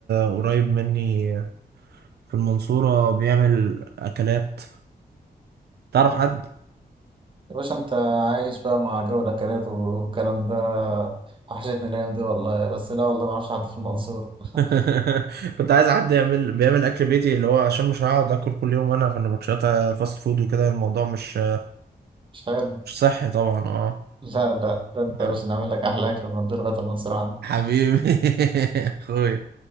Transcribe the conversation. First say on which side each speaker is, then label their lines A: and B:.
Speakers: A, on the right; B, on the right.
A: قريب مني في المنصورة بيعمل اكلات تعرف
B: مم.
A: حد
B: يا باشا انت عايش بقى مع جو الاكلات والكلام ده وحشتني الايام دي والله بس لا والله ما اعرفش حد في المنصورة <laughs>
A: <laughs> كنت عايز حد يعمل بيعمل اكل بيتي اللي هو عشان مش هقعد اكل كل يوم انا في النبطشيات فاست فود وكده الموضوع مش
B: مش حلو
A: مش صحي طبعا
B: لا لا ده انت
A: اه
B: يا باشا نعمل لك احلى اكل من الدنيا لغاية المنصورة عندك
A: حبيبي <laughs> اخويا